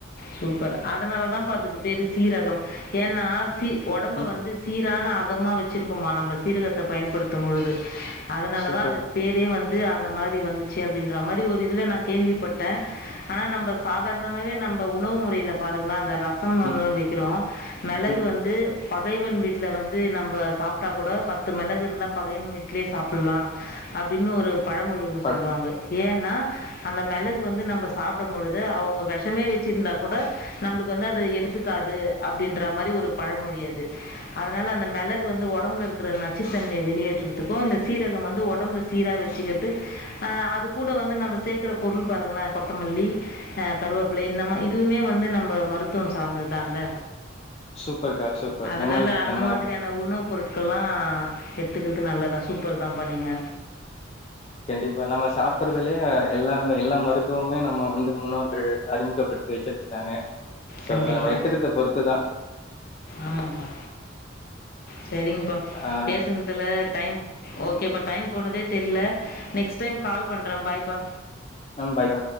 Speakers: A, on the left; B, on the left.
A: சூப்பர் அதனாலதான் பாத்துக்கு பேரு சீரகம் ஏன்னா சி உடம்ப
B: ம்
A: வந்து சீரான அகமா வச்ச வச்சிருக்குமா நம்ம சீரகத்த பயன்படுத்தும் பொழுது அதனால
B: சூப்பர்.
A: தான் அதுக்கு பேரே வந்து அந்த மாதிரி வந்துச்சு அப்படின்ற மாதிரி ஒரு இதுல நான் கேள்விப்பட்டேன் ஆனா நம்ம சாதாரணமாவே நம்ம வந் உணவு முறையில பாருங்கள அந்த ரசம் ஒண்ண
B: ம்
A: வைக்கிறோம் மிளகு
B: ம்
A: வந்து பகைவன் வீட்ல வந்து நம்ம சாப்ட்டா கூட பத்து மிளகு இருந்தா பகையவன் வீட்லயே சாப்பிடலாம் அப்படின்னு ஒரு பழமொழி ஒன்னு
B: பழம்.
A: சொல்லுவாங்க ஏன் அந்த மிளகு வந்து நம்ம சாப்பிடும் பொழுது அவங்க விஷமே வெச் ந்தா கூட நம்ளுக்கு வந்துது எடுத்துக்காது அப்படின்ற மாரி ஒரு பழமொழி அது அதனால அந்த மிளகு வந்து உடம்புல இருக்கிற நச்சுத்தன்மைய வெளியேற்றறதுக்கும் இந்த சீரகம் வந்து உடம்ப சீர வச்சிட்டு அது கூட வந்து ந சேர்க பொருள் பாருங்கள கொத்தல்லி கருவேப்பிலை நம்ம இதுவுமே வந்து நம்ம மருத்துவம் சார்ந்ததுதான்ல்ல
B: சூப்பர்க்கா சூப்பர்.
A: அதனால
B: நம்ம
A: அந்த
B: நம்ம
A: மாதிரியான உணவு பொருட்கள் எல்லாம் எடுத்துக்கெடுத்து நல்லதா சூப்பர் தான் பா நீங்க
B: கண்டிப்பா நம்ம சாப்பிடுறதுலயே எல்லாம எல்லா மருத்துவமே நம்ம வந்து முன்னோர்கள் அறிமுகப்படுத்தி வச்சிருக்காங்க சோ,
A: கண்டிப்பா
B: அத நம்ம எடுத்துக்கிறத பொறுத்து தான்.
A: ஆமாப்பா செரிங்க
B: ஆ
A: பேசதுல டைம் ஓகேப்ப டைம் போனதே தெரியல நெக்ஸ்ட் டைம் கால் பண்ற பாய் பா
B: ஆ பாய் க